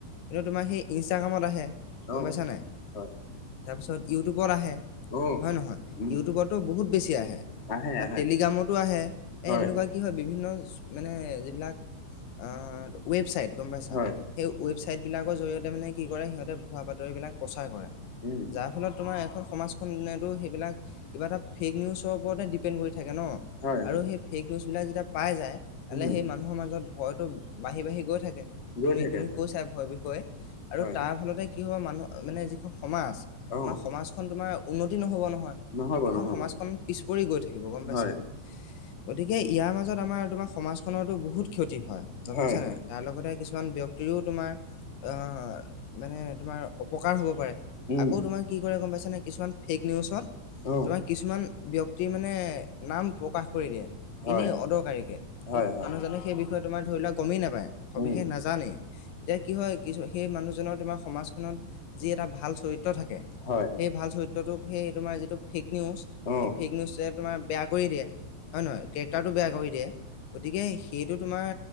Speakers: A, on the left (about 80°); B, on the left (about 65°).
A: কিন্তু তোমাৰ সেই ইনষ্টাগ্ৰামত আহে,
B: অ',
A: গ'ম পাইছা নাই?
B: হয়,
A: তাৰপিছত ইউটিউবত আহে।
B: অ',
A: হয় নে নহয়,
B: উম,
A: ইউটিবটো বহুত বেছি আহে।
B: আহে
A: আৰু
B: আহে,
A: টেলিগ্ৰামতো আহে,
B: হয়,
A: এ তেনেকুৱা কি হয় বিভিন্ন, মানে যিবিলাক, আহ ৱেবছাইট গম পাইছা!
B: হয়,
A: সেই ৱেবছাইটবিলাকৰ জৰিয়তে মানে কি কৰে, সিহঁতে ভুৱা বাতৰিবিলাক প্ৰচাৰ কৰে।
B: উম।
A: যাৰ ফলত তোমাৰ এখন সমাজখনেটো, সেইবিলাক কিবা এটা, ফেক নিউজৰ ওপৰতে ডিপেণ্ড কৰি থাকে ন'!
B: হয়,
A: আৰু
B: হয়,
A: সেই ফেক নিউজবিলাক যেতিয়া পাই যায়। মানে
B: উম,
A: সেই মানুহৰ মাজত ভয়টো, বাঢ়ি বাঢ়ি গৈ থাকে।
B: গৈ
A: তুমি
B: থাকে
A: তুমি
B: হয়,
A: কৈ চাই ভয়ৰ বিষয়ে। আৰু
B: হয়,
A: তাৰ ফলতে কি হ'ব মানুহ মানে যিখন সমাজ।
B: অ',
A: আমাৰ সমাজখন তোমাৰ উন্নতি নহ'ব নহয়।
B: নহ'ব
A: সেইখন
B: নহ'ব,
A: সমাজখন পিছ পৰি গৈ থাকিব গ'ম
B: হয়,
A: পাইছা? গতিকে ইয়াৰ মাজত আমাৰ তোমাৰ সমাজখনৰটো বহুত ক্ষতি হয়, গ'ম
B: হয়,
A: পাইছ নাই?
B: হয়,
A: তাৰ লগতে কিছুমান ব্যক্তিৰো তোমাৰ অ', মানে তোমাৰ অপকাৰ হ'ব পাৰে।
B: উম,
A: আকৌ তোমাৰ কি কৰে গ'ম পাইছা নে কিছুমান ফেক নিউজত।
B: অ',
A: তোমাৰ কিছুমান ব্যক্তি মানে নাম প্ৰকাশ কৰি দিয়ে।
B: হয়,
A: এনেই অদৰকাৰীকে,
B: হয়,
A: কিন্তু
B: হয়,
A: মানুহ জানো সেই বিষয়ে তোমাৰ ধৰি লোৱা গ'মেই নাপায়, সবিশেষ
B: উম,
A: নাজানেই। এতিয়া কি হয়, কিছু সেই মানুহজনৰ তোমাৰ সমাজখনত যি এটা ভাল চৰিত্ৰ থাকে। সেই
B: হয়,
A: ভাল চৰিত্ৰটোক সেই তোমাৰ যিটো ফেক নিউজ,
B: অ',
A: সেই ফেক নিউজটোৱে তোমাৰ বেয়া কৰি দিয়ে। হয়, নহয়? কে ৰেকতাৰটো বেয়া কৰি দিয়ে। গতিকে সেইটো তোমাৰ